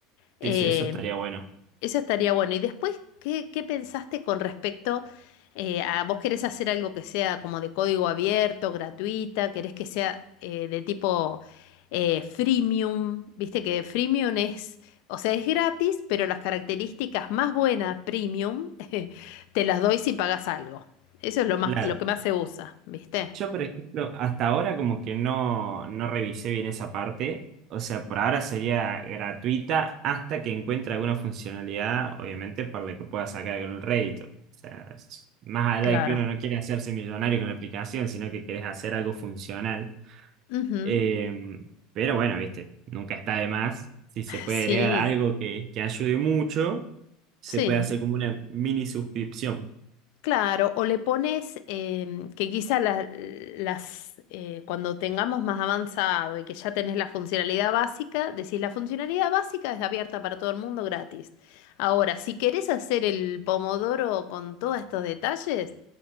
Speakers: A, on the left; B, on the right.
A: Em,
B: Sí, sí, eso estaría bueno.
A: eso estaría bueno. Y después, ¿qué, qué pensaste con respecto eh, a vos querés hacer algo que sea como de código abierto, gratuita? ¿Querés que sea eh, de tipo eh, freemium? Viste que freemium es, o sea, es gratis, pero las características más buenas, premium, <laughs> te las doy si pagas algo. Eso es lo más,
B: Claro.
A: lo que más se usa, ¿viste?
B: Yo, por ejemplo, hasta ahora como que no, no revisé bien esa parte. O sea, por ahora sería gratuita hasta que encuentre alguna funcionalidad, obviamente, para la que pueda sacar algún rédito. O sea, es- más allá
A: Claro.
B: de que uno no quiere hacerse millonario con la aplicación, sino que querés hacer algo funcional.
A: Ujú.
B: Eh, pero bueno, viste, nunca está de más. Si se puede
A: Sí,
B: agregar algo que, que ayude mucho, se
A: sí.
B: puede hacer como una mini suscripción.
A: Claro, o le pones em, que quizá la- las, eh, cuando tengamos más avanzado y que ya tenés la funcionalidad básica, decís la funcionalidad básica es abierta para todo el mundo gratis. Ahora, si querés hacer el pomodoro con todos estos detalles,